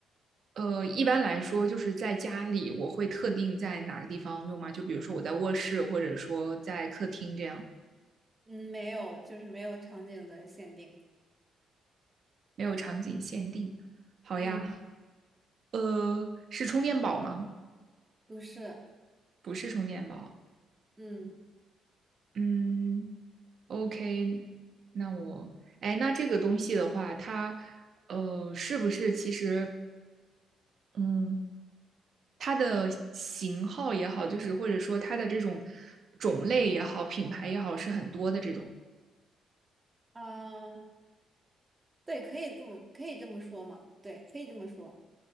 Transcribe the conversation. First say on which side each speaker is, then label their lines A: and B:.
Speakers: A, on the right; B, on the right.
A: 呃，一般来说就是在家里我会特定在哪个地方用吗？就比如说我在卧室，或者说在客厅这样。
B: 嗯，没有，就是没有场景的限定。
A: 没有场景限定。好呀，
B: 嗯，
A: 呃，是充电宝吗？
B: 不是。
A: 不是充电宝。
B: 嗯
A: 嗯，OK，那我，哎，那这个东西的话，它，呃，是不是其实，嗯，它的型号也好，就是或者说它的这种种类也好，品牌也好，是很多的这种。
B: 啊，对，可以这么可以这么说嘛？对，可以这么说。